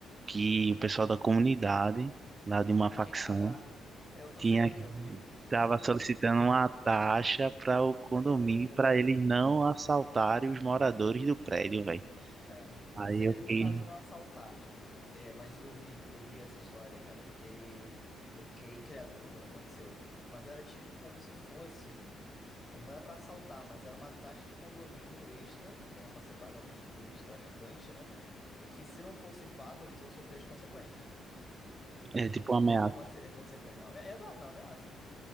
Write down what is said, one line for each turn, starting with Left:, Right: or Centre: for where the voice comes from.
Right: que o pessoal da comunidade, lá de uma
Left: Ah,
Right: facção,
Left: tinha que pagar. É, eu tô
Right: tinha
Left: ciente, eu vi, eu
Right: tava
Left: vi,
Right: solicitando
Left: eu vi.
Right: uma taxa para o condomínio
Left: É,
Right: para
Left: cara.
Right: eles não assaltarem os moradores do prédio, velho.
Left: É.
Right: Aí
Left: Não seria
Right: eu
Left: nem
Right: fiquei,
Left: no caso não assaltar, tipo, é, mas eu vi, eu vi essa história, cara. Eu fiquei, eu fiquei incrédulo quando aconteceu. Mas era tipo como se fosse, não é pra assaltar, mas era uma taxa de condomínio extra, que era pra ser paga pros, pros traficantes, né? E que se não fosse pago, eles iam sofrer as consequências. E que,
Right: é tipo
Left: que-
Right: uma
Left: de
Right: ameaça.
Left: que forma seria a consequência? É Uma amea- Exato, é uma ameaça,